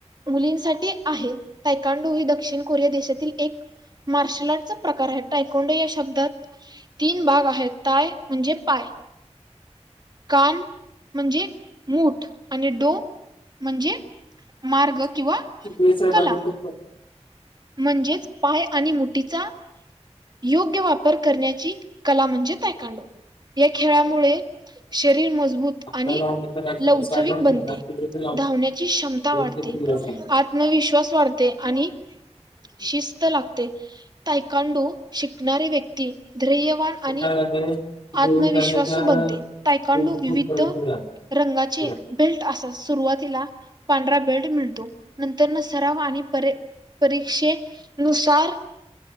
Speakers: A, on the right; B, on the left.
A: मुलींसाठी आहे. तायकांडो ही दक्षिण कोरिया देशातील एक मार्शल आर्टचा प्रकार आहे. तायकोंडो या शब्दात तीन भाग आहेत, ताय म्हणजे पाय कान म्हणजे मूठ. आणि डो म्हणजे मार्ग
B: <unintelligible>
A: किंवा कला म्हणजेच पाय आणि मुठीचा योग्य वाप पर करण्याची कला म्हणजे तायकांडो. या खेळामुळे शरीर मजबूत
B: आपल्याला
A: आणि
B: अंधकाराची
A: लवचविक
B: सांगत
A: बनते,
B: नाही ना, ते तिथे लावून
A: धावण्याची क्षमता
B: पुढे
A: वाढते,
B: ते फिरत नाही.
A: आत्मविश्वास वाढते आणि शिस्त लागते, ताय कांडू शिकणारे व्यक्ती धैयवान आणि
B: ते काय झालंय ते देऊन
A: आत्मविश्वासू
B: झालं त्या
A: बनते.
B: ते
A: तायकांडू विविध
B: खूप पर्यंत झालं
A: रंगाचे
B: तिकडे.
A: बेल्ट असा सुरुवातीला पांढरा बेल्ट मिळतो, नंतर न सरावा आणि परे परीक्षे नुसार